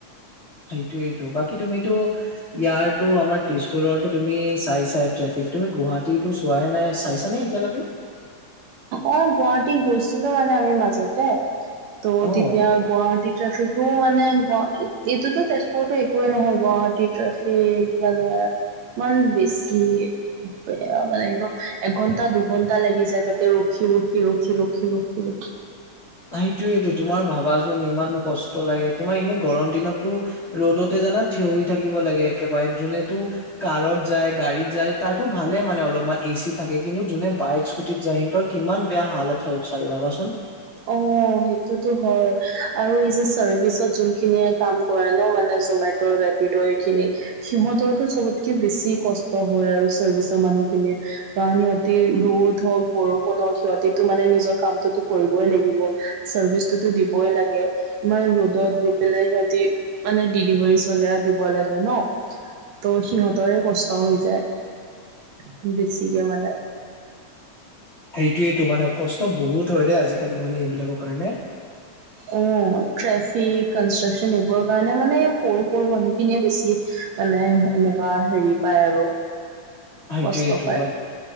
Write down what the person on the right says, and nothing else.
অঁ গুৱাহাটী গৈছিলোঁ মানে আমি মাজতে, ত'
তেতিয়া গুৱাহাটীত- ট্ৰেফিকো মানে গ এইটোতো তেজপুৰতো একোৱে নহয়, গুৱাহাটী ট্ৰেফিক মানে! ইমান বেছি বেয়া মানে একদম এঘণ্টা দুঘন্টা লাগি যায়। তাতে ৰখি ৰখি ৰখি ৰখি ৰখি ৰখি।
অঁ সেইটোতো হয় আৰু এই যে চাৰ্ভিচত যোনখিনিয়ে কাম কৰে ন মানে জমে- তৰ, ৰেপিড এইখিনি। সিহঁতৰতো চবতকে বেছি কষ্ট হয় আৰু চাৰ্ভিচৰ মানুহখিনিৰ। কাৰণ সিহঁতি ৰ'দ হওঁক, বৰষুণ হওঁক সিহঁতিটো মানে নিজৰ কামটোতো কৰিব- লাগিহ, চাৰ্ভিচটোটো দিবই লাগে ইমান ৰ'দত গৈ পেলাই সিহঁতি। মানে ডেলিভাৰী চলিয়াই দিব লাগে ন। ত' সিহঁতৰে কষ্ট হৈ যায় বেছিকে মানে।
অঁ ট্ৰেফিক, কনষ্ট্ৰাকচন এইবোৰৰ কাৰণে মানে সৰু সৰু মানুহ খিনিয়ে বেছি- মানে এনেকুৱা হেৰি পায় আৰু।
কষ্ট পায়।